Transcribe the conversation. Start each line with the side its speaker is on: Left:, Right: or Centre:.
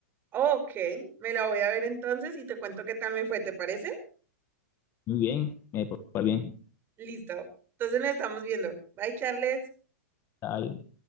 Right: Ok, me la voy a ver entonces y te cuento qué tal me fue, ¿te parece?
Left: muy bien, me parece bien,
Right: Listo. Entonces nos estamos viendo. Bye, Charles.
Left: está ahí,